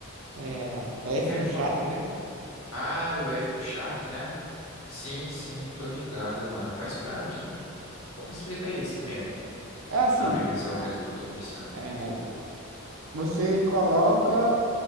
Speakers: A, on the right; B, on the left.
A: É, F
B: Que é
A: no
B: qual?
A: chat, né?
B: Ah, o F do chat, né? Sim, sim, tô ligado, mano. Mas pra mim. Como explica aí esse meme?
A: É assim,
B: Pra mim ver se é o mesmo que eu tô pensando.
A: é, você coloca.